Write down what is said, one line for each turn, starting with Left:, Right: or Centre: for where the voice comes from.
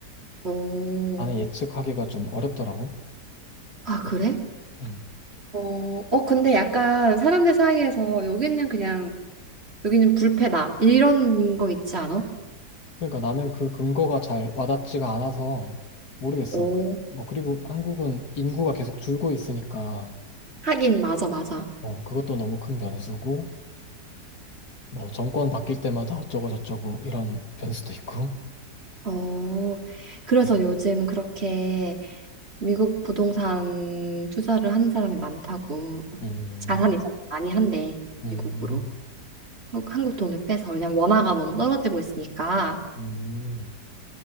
Right: 오,
Left: 나는 예측하기가 좀 어렵더라고.
Right: 아, 그래?
Left: 음.
Right: 어, 어, 근데 약간 사람들 사이에서 여기는 그냥, 여기는 불패다. 이런 거 있지 않아?
Left: 그러니까 나는 그 근거가 잘 와닿지가 않아서 모르겠어.
Right: 오,
Left: 뭐 그리고 한국은 인구가 계속 줄고 있으니까
Right: 하긴, 맞아, 맞아.
Left: 어 그것도 너무 큰 변수고 뭐 정권 바뀔 때마다 어쩌고 저쩌고 이런 변수도 있고.
Right: 어, 그래서 요즘 그렇게 미국 부동산 투자를 하는 사람이 많다고.
Left: 음,
Right: 자산 이전 많이 한대,
Left: 음,
Right: 미국으로. 한국 한국 돈을 빼서. 왜냐면 원화가 너무 떨어지고 있으니까.
Left: 음.